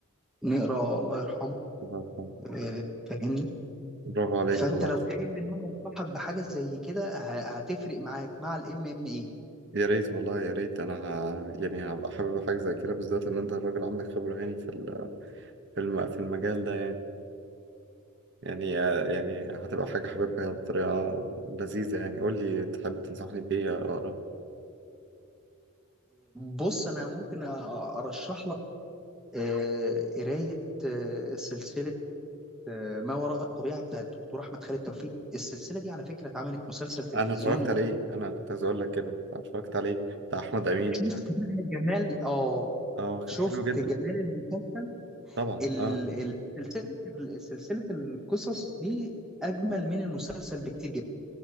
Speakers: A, in the centre; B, on the right.
A: نقرا الله يرحمه
B: برافو
A: آه، فاهمني
B: برافو عليك
A: فانت
B: والله
A: لو تحب ان انا انصحك بحاجه زي كده ه- هتفرق معاك مع الام ام ايه
B: يا ريت والله يا ريت انا ه... يعني هبقى حابب حاجة زي كده بالذات ان انت الراجل عندك خبرة يعني في ال... في الم... في المجال ده يعني يعني يعني هتبقى حاجة حاببها بطريقة لذيذة يعني قول لي تحب تنصحني بإيه أقرأ
A: بص انا ممكن أ- ارشح لك آه، قرايه آه، سلسله آه، ما وراء الطبيعه بتاع الدكتور احمد خالد توفيق السلسله دي على فكره اتعملت مسلسل تلفزيوني
B: أنا اتفرجت عليه أنا كنت عايز أقول لك كده أنا اتفرجت عليه بتاع أحمد أمين
A: شفت بقى جمال اه
B: أه كان
A: شفت
B: حلو جدا
A: جمال المسلسل
B: طبعا
A: ال-
B: اه
A: ال- سلسله سلسله القصص دي اجمل من المسلسل بكتير جدا